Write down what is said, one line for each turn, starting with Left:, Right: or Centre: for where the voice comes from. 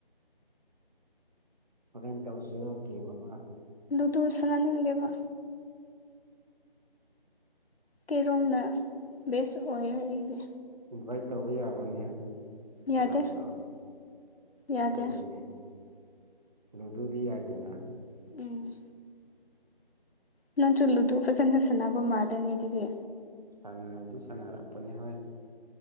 Right: ꯍꯣꯔꯦꯟ ꯇꯧꯁꯤꯔꯣ ꯒꯦꯝ ꯑꯃ
Left: ꯂꯨꯗꯨ ꯁꯥꯟꯅꯅꯤꯡꯗꯦꯕ ꯀꯩꯔꯣꯝꯅ ꯕꯦꯁ ꯑꯣꯏꯌꯦ ꯑꯩꯗꯤ
Right: ꯏꯟꯚꯥꯏꯠ ꯇꯧꯕ ꯌꯥꯕ꯭ꯔꯣꯅꯦ ꯀꯦꯔꯣꯝꯁꯦ
Left: ꯌꯥꯗꯦ ꯌꯥꯗꯦ
Right: ꯑꯗꯨꯗꯨꯅꯦ ꯂꯨꯗꯨꯗꯤ ꯌꯥꯏꯗꯅ
Left: ꯎꯝ ꯅꯪꯁꯨ ꯂꯨꯗꯨ ꯐꯖꯟ ꯁꯥꯟꯅꯕ ꯃꯥꯟꯂꯤꯅꯦ ꯑꯗꯨꯗꯤ
Right: ꯁꯅꯥꯕꯗꯤ ꯁꯥꯟꯅꯥꯔꯥꯛꯄꯅꯦ ꯍꯣꯏ